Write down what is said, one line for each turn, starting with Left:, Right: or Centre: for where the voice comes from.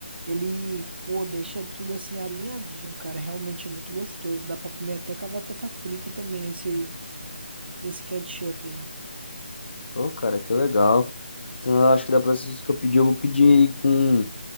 Right: Ele, pô, deixa tudo assim alinhadinho, cara. Realmente é muito gostoso. Dá pra comer até com a batata frita também, esse, esse ketchup aí.
Left: Pô, cara, que legal. Então, eu acho que da próxima vez que eu pedir, eu vou pedir com